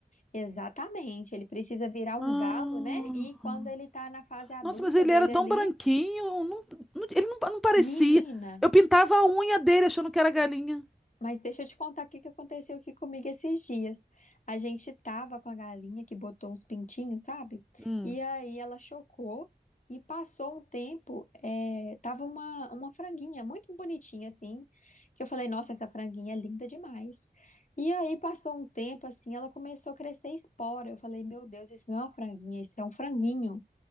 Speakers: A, on the left (about 50°); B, in the centre.
A: Exatamente. Ele precisa virar um
B: Ah,
A: galo, né? E quando ele tá na fase adulta
B: nossa, mas ele
A: dele
B: era tão
A: ali.
B: branquinho. não- não- ele não, não parecia.
A: Menina,
B: Eu pintava a unha dele achando que era galinha.
A: mas deixa eu te contar o que que aconteceu aqui comigo esses dias. A gente tava com a galinha que botou uns pintinhos, sabe?
B: Hum.
A: E aí ela chocou e passou um tempo, é, tava uma, uma franguinha muito bonitinha assim, que eu falei, nossa, essa franguinha é linda demais. E aí passou um tempo assim, ela começou a crescer espora. Eu falei, meu Deus, isso não é uma franguinha, isso é um franguinho.